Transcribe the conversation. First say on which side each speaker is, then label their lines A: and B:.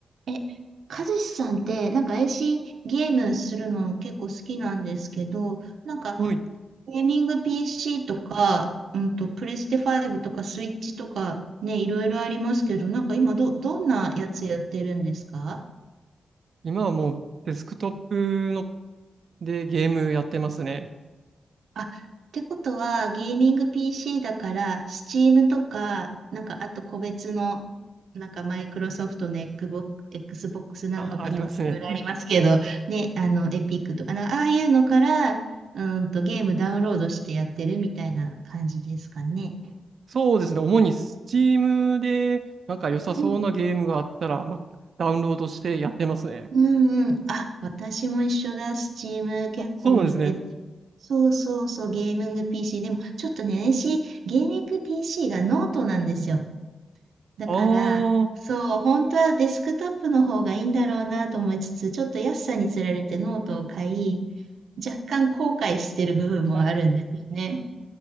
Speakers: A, on the right (about 75°); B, on the right (about 55°).
A: え、かずさんって、なんか AC ゲームするの結構好きなんですけど、なんか
B: はい。
A: ゲーミング PC とか、うんと、プレステ5とかスイッチとかね、いろいろありますけど、なんか今ど、どんなやつやってるんですか
B: 今はもうデスクトップのでゲームやってますね。
A: あ、ってことは、ゲーミング PC だから、Steam とか、なんか、あと個別の、なんか、マイクロソフトの Xbox Xbox なんとかとか、
B: あ、ありますね。
A: いろいろありますけど、ね、あの、エピックとか、なああいうのから、うんと、ゲームダウンロードしてやってるみたいな感じですかね。
B: そうですね。主に Steam でなんか良さそうなゲームがあったら、
A: うん。
B: まあ、ダウンロードしてやってますね。
A: うんうん。あ、私も一緒だ。Steam 結構見てて。
B: あ、そうなんですね。
A: そうそうそう、ゲーミング PC。でも、ちょっとね、私、ゲーミング PC がノートなんですよ。だから、
B: あー
A: そう、本当はデスクトップの方がいいんだろうなと思いつつ、ちょっと安さにつられてノートを買い、若干後悔してる部分もあるんですね。
B: あ、